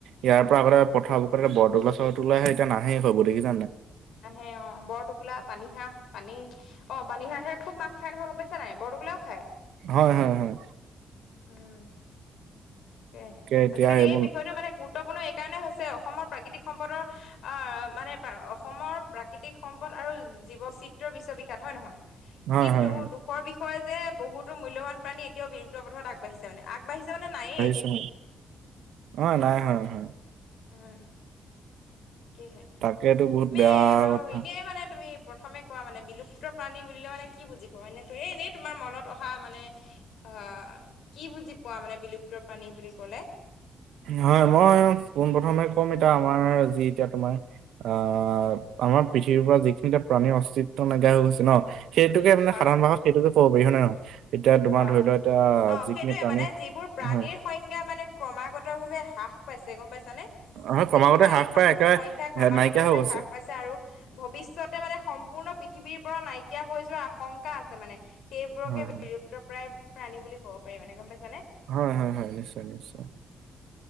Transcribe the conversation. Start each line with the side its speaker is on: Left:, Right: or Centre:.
Right: ইয়াৰ পৰা আগতে পথাৰবোৰ এ বৰটোকোলা চৰটোকোলা আহে এতিয়া নাহে হৈবোৰ দেখিছা নাই।
Left: নাহে অ', বৰটোকোলা পানীহাঁহ পানী অ', পানীহাঁহে খুব মাছ খাই নহয় গম ছা নাই বৰটোকোলাইও খায়,
Right: হয় হয় হয়
Left: উম। তাকে,
Right: এতিয়া
Left: আজিকালি
Right: এইবোৰ
Left: এই বিষয়টো মানে গুৰুত্বপূৰ্ণ এইকাৰণে হৈছে অসমৰ প্ৰাকৃতিক সম্পদৰ আহ মানে অসমৰ প্ৰাকৃতিক সম্পদ আৰু জীৱচিত্ৰ বিশ্ববিখ্যাত, হয় নহয়।
Right: হয়
Left: কিন্তু
Right: হয় হয়
Left: দুখৰ বিষয়ে যে বহুতো মূল্যবান প্ৰাণী এতিয়াও বিলুপ্ত পথত আগবাঢ়িছে ছে মানে, আগবাঢ়িছে মানে নাইয়ে।
Right: সঁচাকে অ', নাই হয় হয়।
Left: উম। তাকেহে,
Right: তাকেতো বহুত
Left: তুমি
Right: বেয়া
Left: বাৰু
Right: কথা
Left: এনেই মানে তুমি প্ৰথমে কোৱা মানে বিলুপ্ত প্ৰাণী বুলিলে মানে কি বুজি পোৱা মানে ত এনেই তোমাৰ মনত অহা মানে হা, কি বুজি পোৱা মানে বিলুপ্ত প্ৰাণী বুলি ক'লে?
Right: হয় মই পোন প্ৰথমে ক'ম এতিয়া আমাৰ যি এতিয়া তোমাৰ আহ আমাৰ পৃথিৱীৰ পৰা যিখিনি এ প্ৰাণীৰ অস্তিত্ব নাইকিয়া হৈ গৈছে ন' সেইটোকে মানে
Left: হয়
Right: সাধাৰণ ভাষাত সেইতটোকে ক'ব পাৰি হয় নে নহয়। এতিয়া তোমাৰ
Left: হয়
Right: ধৰি লোৱা এতিয়া
Left: অ
Right: যিখিনি
Left: সেইটোয়ে
Right: প্ৰাণী,
Left: মানে যিবোৰ প্ৰাণীৰ
Right: হয়
Left: সংজ্ঞা মানে ক্ৰমাগতভাৱে হ্ৰাস পাইছে গম পাইছানে।
Right: হয়
Left: যিবোৰ
Right: ক্ৰমাগতে
Left: প্ৰাণীৰ
Right: হ্ৰাস
Left: সং-সংখ্যা
Right: পাই একেবাৰে
Left: ক্ৰমাগতভাৱে
Right: হে নাইকিয়া হৈ গৈছে
Left: হ্ৰাস পাইছে আৰু ভৱিষ্যতে মানে সম্পূৰ্ণ পৃথিৱীৰ পৰা নাইকিয়া হৈ যোৱা আশংকা আছে মানে, সেইবোৰকে
Right: হয় হয়
Left: প্তপ্ৰায় প্ৰাণী বুলি ক'ব পাৰি মানে গম পাইছানে।
Right: হয় হয় হয় নিশ্চয় নিশ্চয়।